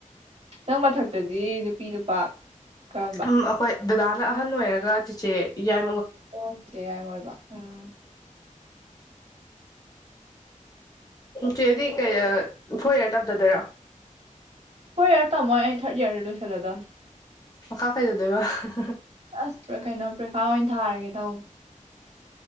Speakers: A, on the right (about 50°); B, on the left (about 30°).
A: ꯅꯪ ꯃꯊꯛꯇꯗꯤ ꯅꯨꯄꯤ ꯅꯨꯄꯥ ꯀꯔꯝꯕ
B: ꯎꯝ ꯑꯩꯈꯣꯏ ꯗꯗꯥꯅ ꯑꯍꯟ ꯑꯣꯏꯔꯒ ꯆꯤꯆꯦ ꯌꯥꯏ
A: ꯑꯣ ꯁꯤꯁꯦ ꯑꯣꯏꯕ ꯎꯝ
B: ꯆꯦꯗꯤ ꯀꯩ ꯐꯣꯔ ꯏꯌꯥꯔ ꯇꯞꯊꯗꯣꯏꯔꯣ
A: ꯐꯣꯔ ꯏꯌꯥꯔ ꯇꯝꯃꯣꯏ ꯑꯩ ꯊꯥꯔꯗ ꯏꯌꯥꯔꯗ ꯂꯣꯏꯁꯤꯜꯂꯗꯃꯦ
B: ꯑꯣ ꯃꯈꯥ ꯀꯩꯗꯧꯗꯣꯏꯕ ꯍꯥ ꯍꯥ ꯍꯥ
A: ꯑꯁ ꯀꯩꯅꯣ ꯄ꯭ꯔꯤꯈꯥ ꯑꯣꯏꯅ ꯊꯥꯔꯒꯦ ꯇꯧꯕ